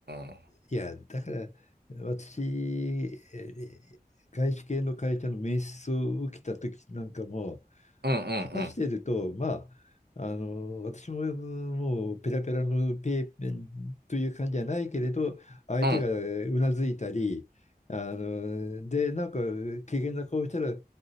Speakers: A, on the right; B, on the left.
A: うん
B: いや、だから、私、えー外資系の会社の面接を受けた時なんかも、
A: うんうん、
B: 話してると、まあ、あの、私もうんもうペラペラのペーペンという感じじゃないけれど、相手がうなずいたり、
A: う
B: あの、で、なんか、怪げな顔したら、